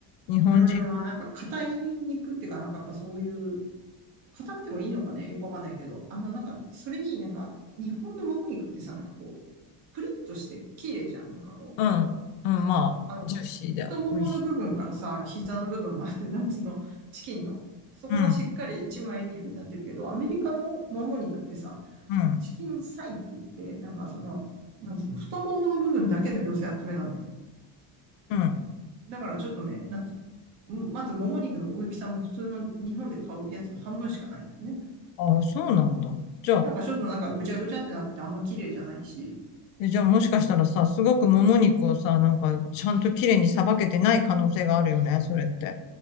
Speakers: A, on the left (about 80°); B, on the right (about 80°).
A: 日本人、
B: うん、まあなんか硬い肉っていうか、なんかやっぱそういう、硬くてもいいのかね、よくわかんないけど、あのなんか、それになんか、日本のもも肉ってさ、なんかこう、プリッとして綺麗じゃん。なんかこう、
A: うん、うん、
B: なんつうの、
A: まあ、
B: あの、
A: ジューシーで美味しい。
B: 太ももの部分からさ、膝の部分まで、<laughs> なんつうの、チキンの、そこがしっかり一枚肉になってるけど、
A: うん、
B: アメリカのもも肉ってさ、
A: うん、
B: チキンサイって言って、なんかその、なんつうの、太ももの部分だけの寄せ集めなのよ。
A: うん。
B: だからちょっとね、なんつうの。まず、もも肉の大きさも普通の日本で買うやつの半分しかないのよね。
A: ああ、そうなんだ。じゃあ、
B: で、なんかちょっとなんかぐちゃぐちゃってなってあんま綺麗じゃないし、
A: えじゃあもしかしたらさ、すごくもも肉をさ、なんか、ちゃんと綺麗にさばけてない可能性があるよね、それって。